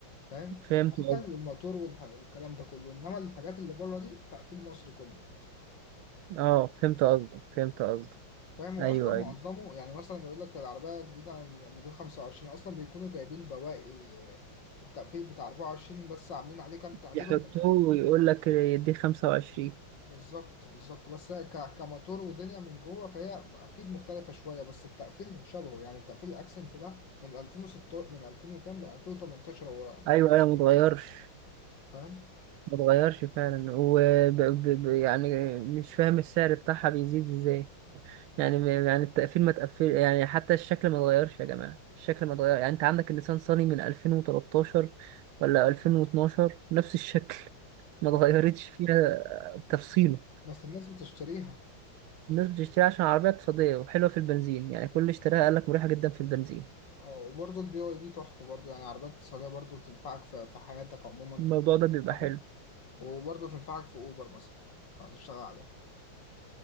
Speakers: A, on the left; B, on the right.
A: فاهم؟
B: فهمت
A: هيكل
B: قصدك
A: والموتور والح- والكلام ده كله انما الحاجات اللي بره دي تقفيل مصري كله
B: اه فهمت قصدك فهمت قصدك
A: فاهم هو
B: ايوه
A: اصلا معظمه
B: ايوه
A: يعني مثلا لما يقول لك العربيه جديده عن موديل 25 اصلا بيكونوا جايبين بواقي التقفيل بتاع 24 بس عاملين عليه كام تعديل
B: يحطوه
A: وبيكون-
B: ويقول لك يديه خمسة وعشرين
A: بالظبط بالظبط بس هي ك- كموتور ودنيا من جوه فهي اكيد مختلفه شويه بس التقفيل شبهه يعني التقفيل الاكسنت ده من 2006 من 2000 وكام من 2018 هو
B: ايوه ايوه ما اتغيرش
A: فاهم
B: ما اتغيرش فعلا وب... ب... ب... يعني مش فاهم السعر بتاعها بيزيد ازاي يعني م- يعني التقفيل ما تقفل يعني حتى الشكل ما اتغيرش يا جماعه الشكل ما اتغير يعني انت عندك اللسان صيني من 2013 ولا 2012 نفس الشكل ما
A: أيوة.
B: اتغيرتش فيها تفصيله
A: بس الناس بتشتريها
B: الناس بتشتري عشان عربيه اقتصاديه وحلوه في البنزين يعني كل اللي اشتراها قال لك مريحه جدا في البنزين
A: اه وبرضه البي واي دي تحفه برضه يعني عربيات اقتصاديه برضه تنفعك في في حياتك عموما
B: الموضوع
A: في المشروع
B: ده بيبقى حلو
A: وبرضه تنفعك في اوبر مثلا لو هتشتغل عليها